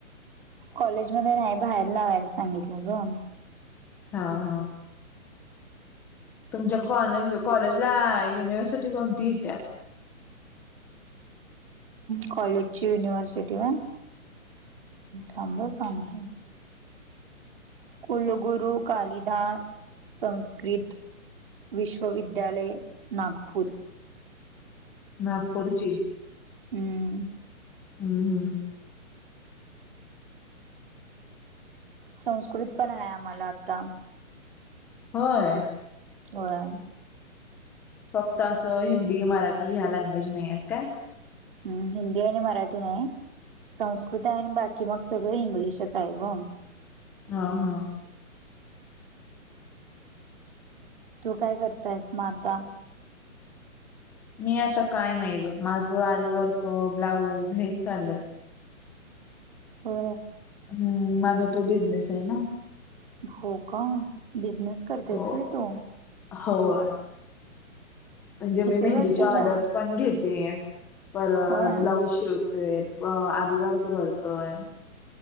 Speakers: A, on the right; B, in the centre.
A: कॉलेजमध्येध्ये नाही बाहेर लावायला सांगितलाय ग
B: हहह तुमच्या कॉलेज कॉलेजला युनिव्हर्सिटी कोणती येती या
A: कॉलेजची युनिव्हर्सिटी व्य थांब हा सांगतो कुलगुरू कालिदास संस्कृत विश्वविद्यालय नागपूर
B: नागपूरची
A: हम्म
B: हम्म हम्म
A: संस्कृत पण आहे आम्हाला आता
B: होय
A: होय
B: फक्त असं हिंदी मराठी ह्या लँग्वेज नाही आहेत काय?
A: हम्म हिंदी आणि मराठी नाही संस्कृत आणि बाकी मग सगळे इंग्लिशच आहे बघ
B: ह ह
A: तू काय करतायस मग आता
B: मी आता काय नाही बघ माझं आरी वर्क ब्लाऊज हेच चाललंय
A: हो
B: हम्म माझा तो बिझनेस आहे ना
A: हो का बिझनेस करतेस
B: हो
A: होय तू?
B: होय. म्हणजे मी
A: किती
B: मेहंदीच्या
A: वर्षाचा
B: ऑर्डरस पण घेते. परत
A: होय हम्म
B: ब्लाऊज शिव ते आरी वर्क भरतोय,